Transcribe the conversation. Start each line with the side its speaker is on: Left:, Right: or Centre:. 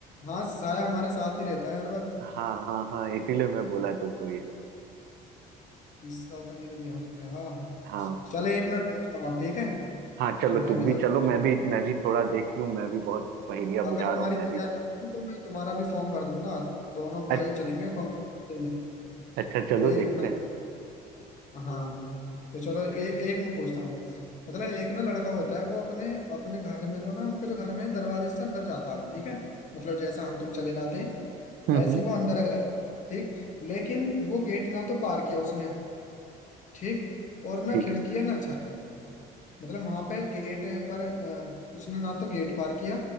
Left: हाँ साया हमारे साथ ही रहता है हर वक्त
Right: हाँ हाँ हाँ इसीलिए मैं बोला तुमको ये
Left: इसका तो मेरे ध्यान ही नहीं रहा
Right: हाँ
Left: चले एक मैं पूछता हूँ आप ठीक है
Right: हाँ चलो
Left: मैं
Right: तुम
Left: भी
Right: भी
Left: तो देखता
Right: चलो मैं भी
Left: हूँ।
Right: मैं भी थोड़ा देख लूं मैं भी बहुत पहेलियां
Left: अगर
Right: बुझा
Left: तुम्हारी
Right: रहा हूँ मैं
Left: तैयारी
Right: भी
Left: होगी तो मैं तुम्हारा भी फॉर्म भर दूंगा दोनों
Right: अच्छ-
Left: भाई चलेंगे कॉम्पिटिशन में
Right: अच्छा चलो
Left: ए
Right: देखते
Left: हाँ
Right: हैं
Left: हाँ तो चलो ए, एक मैं पूछता हूँ मतलब एक ना लड़का होता है वो अपने अपने घर में जो ना उनके जो घर में है, दरवाजे से अंदर जाता हो ठीक है मतलब जैसा हम तुम चले जाते हैं
Right: हम्म
Left: ऐसे
Right: हम्म,
Left: ही वो अंदर गया ठीक लेकिन वो गेट ना तो पार किया उसने ठीक और ना
Right: ठीक
Left: खिड़की है ना छत मतलब वहां पे गेट पर अ, उसने ना तो गेट पार किया